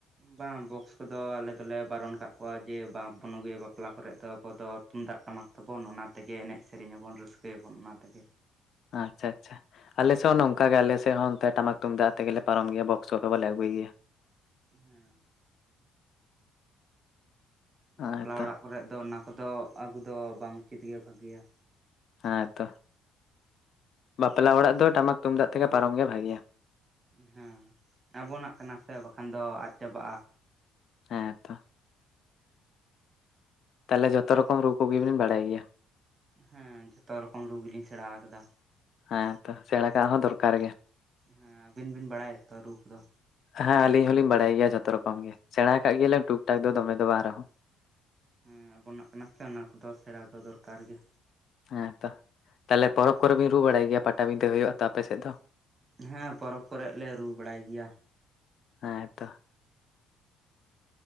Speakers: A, on the right; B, on the left.
A: ᱵᱟᱝ ᱵᱚᱠᱥ ᱠᱚᱫᱚ ᱟᱞᱮ ᱫᱚᱞᱮ ᱵᱟᱨᱚᱱ ᱠᱟᱜ ᱠᱚᱣᱟ ᱡᱮ ᱵᱟᱝ ᱵᱚᱱ ᱟᱹᱜᱩᱭᱟ ᱵᱟᱯᱞᱟ ᱠᱚᱨᱮ ᱫᱚ ᱟᱵᱚ ᱫᱚ ᱛᱩᱢᱫᱟᱜ ᱴᱟᱢᱟᱠ ᱛᱟᱵᱚᱱ ᱚᱱᱟ ᱛᱮᱜᱮ ᱮᱱᱮᱡ ᱥᱮᱨᱮᱧ ᱟᱵᱚᱱ ᱨᱟᱹᱥᱠᱟᱹ ᱟᱵᱚᱱ ᱚᱱᱟ ᱛᱮᱜᱮ
B: ᱟᱪᱪᱷᱟ ᱟᱪᱪᱷᱟ ᱟᱞᱮ ᱥᱚᱜ ᱱᱚᱝᱠᱟ ᱜᱮ ᱟᱞᱮ ᱥᱮᱫ ᱦᱚᱸ ᱚᱱᱛᱮ ᱴᱟᱢᱟᱠ ᱛᱩᱢᱫᱟᱜ ᱛᱮᱜᱮᱞᱮ ᱯᱟᱨᱚᱢ ᱜᱮᱭᱟ ᱵᱚᱠᱥ ᱠᱚ ᱦᱚᱸ ᱵᱟᱞᱮ ᱟᱜᱩᱭ ᱜᱮᱭᱟ
A: ᱦᱮᱸ
B: ᱦᱮᱸᱛᱚ
A: ᱵᱟᱯᱞᱟ ᱚᱲᱟᱜ ᱠᱚᱨᱮ ᱫᱚ ᱚᱱᱟ ᱠᱚᱫᱚ ᱟᱹᱜᱩ ᱫᱚ ᱵᱟᱝ ᱩᱪᱤᱛ ᱜᱮᱭᱟ ᱵᱷᱟᱜᱤᱭᱟ
B: ᱦᱮᱸ ᱛᱚ ᱵᱟᱯᱞᱟ ᱚᱲᱟᱜ ᱫᱚ ᱴᱟᱢᱟᱠ ᱛᱩᱢᱫᱟᱜ ᱛᱮᱜᱮ ᱯᱟᱨᱚᱢ ᱜᱮ ᱵᱷᱟᱜᱮᱭᱟ
A: ᱦᱮᱸ ᱟᱵᱚᱱᱟᱜ ᱠᱟᱱᱟ ᱥᱮ ᱵᱟᱠᱷᱟᱱ ᱫᱚ ᱟᱫ ᱪᱟᱵᱟᱜᱼᱟ
B: ᱦᱮᱸ ᱛᱚ ᱛᱟᱦᱚᱞᱮ ᱡᱷᱚᱛᱚ ᱨᱚᱠᱚᱢ ᱨᱩ ᱠᱚᱜᱮ ᱵᱤᱱ ᱵᱟᱲᱟᱭ ᱜᱮᱭᱟ
A: ᱦᱮᱸᱸ ᱡᱷᱚᱛᱚ ᱨᱚᱠᱚᱢ ᱨᱩ ᱜᱤᱞᱤᱧ ᱥᱮᱬᱟ ᱠᱟᱫᱟ
B: ᱦᱮᱸ ᱛᱚ ᱥᱮᱬᱟ ᱠᱟᱜ ᱦᱚᱸ ᱫᱚᱨᱠᱟᱨ ᱜᱮ
A: ᱦᱮᱸ ᱟᱹᱵᱤᱱ ᱵᱤᱱ ᱵᱟᱲᱟᱭᱟ ᱛᱚ ᱨᱩ ᱠᱚᱫᱚ
B: ᱦᱮᱸ ᱟᱞᱤᱧ ᱦᱚᱞᱤᱧ ᱵᱟᱲᱟᱭ ᱜᱮᱭᱟ ᱡᱷᱚᱛᱚ ᱨᱚᱠᱚᱢ ᱜᱮ ᱥᱮᱬᱟ ᱠᱟᱜ ᱜᱮᱭᱟ ᱞᱤᱧ ᱴᱩᱠ ᱴᱟᱠ ᱫᱚ ᱫᱚᱢᱮ ᱫᱚ ᱵᱟᱝ ᱨᱮᱦᱚᱸ
A: ᱦᱮᱸ ᱟᱵᱚᱱᱟᱜ ᱠᱟᱱᱟ ᱥᱮ ᱚᱱᱟ ᱠᱚᱫᱚ ᱥᱮᱬᱟ ᱫᱚ ᱫᱚᱨᱠᱟᱨ ᱜᱮ
B: ᱦᱮᱸ ᱛᱚ ᱛᱟᱦᱚᱞᱮ ᱯᱚᱨᱚᱵᱽ ᱠᱚᱨᱮ ᱵᱤᱱ ᱨᱩ ᱵᱟᱲᱟᱭ ᱜᱮᱭᱟ ᱯᱟᱴᱟᱵᱤᱸᱫᱟᱹ ᱦᱩᱭᱩᱜᱼᱟ ᱛᱚ ᱟᱯᱮ ᱥᱮᱫ ᱫᱚ
A: ᱦᱮᱸ ᱯᱚᱨᱚᱵᱽ ᱠᱚᱨᱮᱜ ᱞᱮ ᱨᱩ ᱵᱟᱲᱟᱭ ᱜᱮᱭᱟ
B: ᱦᱮᱸ ᱛᱚ